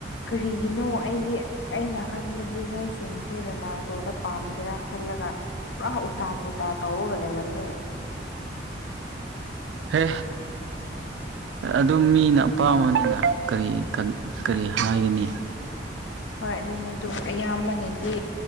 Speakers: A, on the left; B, on the right.
A: ꯀꯔꯤꯒꯤꯅꯣ ꯑꯩꯒꯤ ꯑꯩꯅ ꯈꯟꯕꯗꯤ ꯅꯣꯏꯁꯤꯡꯁꯦ ꯔꯣꯅꯥꯜꯗꯣꯗ ꯄꯥꯝꯒꯦꯔꯥ ꯈꯜꯂꯒ ꯄꯨꯔꯥ ꯎꯇꯥ ꯄꯨꯔꯇꯥ ꯇꯧꯔꯒ ꯂꯩꯔꯝꯃꯦ
B: ꯍꯦ ꯑꯗꯨꯝ ꯃꯤꯅ ꯑꯄꯥꯝꯕꯅꯤꯅ ꯀꯔꯤ ꯀꯔꯤ ꯍꯥꯏꯒꯅꯤ
A: <inaudible> ꯍꯣꯏ ꯑꯗꯨꯅꯦ ꯑꯗꯨꯝ ꯑꯌꯥꯝꯕꯅꯗꯤ